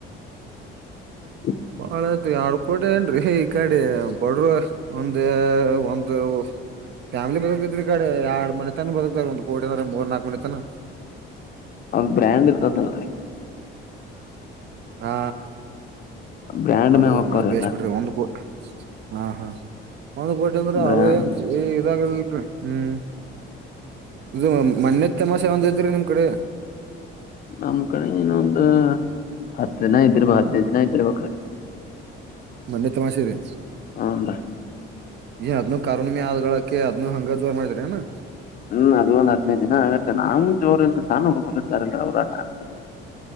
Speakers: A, on the left; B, on the right.
A: ಹ್
B: ಹಳತ್ ಆಡ್ಕೋಡ ಏನ್ ಈ ಕಡೆ ಬಡ್ರ ಒಂದ ಒಂದು ಫ್ಯಾಮಿಲಿ ಬದಕಿದ್ರಿ ಕಡೆ ಎರಡ್ ಮನೆ ತನ ಬದುಕ್ತಾರ ಒಂದು ಕೋಡ ಅಂದ್ರ ಮೂರ್ ನಾಕಕ್ ಮನ ತನ
A: ಅವದ ಬ್ರ್ಯಾಂಡ್ ಇರ್ತದಲ್ರರಿ
B: ಹಾ
A: ಬ್ರ್ಯಾಂಡ್
B: ಅದು
A: ಮ್ಯಾಗ ಹೊಕ್ಕವ್ರೆಲ್ಲ
B: ಮ ಬೇಯಸ್ಬಿಟ್ರಿ ಒಂದು ಹಾ ಹಾ ಒಂದ್ ಕೋಟಿ ಅಂದ್ರೆ
A: ಬ್ರ್ಯಾಂಡ್
B: ಅವು ಈ ಇದಾಗಲ್ರಿ ಹ್ಮ್ ಇದು ಮಣ್ಣ ತಮಾಷೆ ಒಂದ ಇದ್ರಿ ನಿಮ್ ಕಡೆ
A: ನಮ್ ಕಡೆ ನೀನ ಒಂದು ಹತ್ತು ಜನ ಇದ್ದಿರ್ಬ ಹದ್ನದು ಜನ ಇದ್ದಿರ್ಬೇಕ್ರೀ
B: ಮನ್ನೆ ತಮಶೆ ರೀ
A: ಹೂನ್ರಿ
B: ಅದ್ನು ಕಾರಣಮೆ ಆದಳಕ್ಕೆ ಅದ್ನು ಹಂಗ ಜೋರ್ ಮಾಡಿದ್ರಏನಾ
A: ಹ್ಮ್ ಅದ ಒಂದ್ ಹದ್ನದು ದಿನ ಆಗತ್ತೆ ನ ಜೋರ ಸಾನು ಹುಡುಕ ಇರ್ತಾರಲ್ ಅವ್ರು ಆಟ ಆಡ್ತಾರೆ